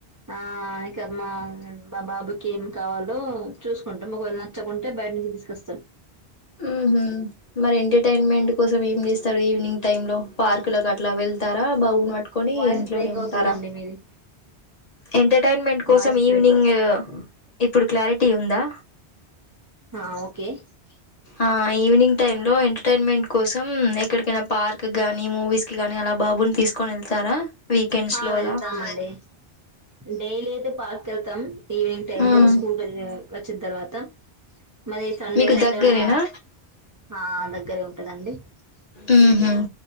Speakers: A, on the right; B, on the left.
A: ఆ ఇక మా మా బాబుకి ఏం కావాలో చూసుకుంటా మా <unintelligible> చ్చకుంటే బయట నుంచి తీసుకొస్తాను
B: ఊహూ మరి ఎంటర్టైన్మెంట్ కోసం ఏం చేస్తారు ఈవినింగ్ టైం లో పార్కు లకు అట్లా వెళ్తారా బాబు ని పట్ పట్టుకొని
A: వాయిస్
B: ఇంట్లోనే
A: బ్రేక్ అవుతుందండి
B: ఉంటారా
A: మీది
B: ఎంటర్టైన్మెంట్ కోసం
A: వాయిస్
B: ఈవినింగ్
A: బ్రేక్
B: ఇప్పుడు క్లారి టీ ఉందా
A: హ ఓకే
B: ఆ ఈవినింగ్ టైం లో ఎంటర్టైన్మెంట్ కోసం ఎక్కడికైనా పార్క్ గానీ మూవీస్ కిగానీ అలా బాబుని తీసుకొని వెళ్తారా? వీకెండ్స్
A: ఆ
B: లో
A: వెళ్తామండి
B: అలా ఆ
A: డైలీ అయితే పార్కెల్తం ఈవినింగ్ టైం
B: ఆ! హ్మ్.
A: లో స్కూల్ కెళ్ళి వచ్చిన తర్వాత మరీ సండేస్
B: మీకు
A: అట్ల
B: దగ్గరేనా
A: ఏమైనా ఆ దగ్గరే ఉంటదండి
B: ఉహు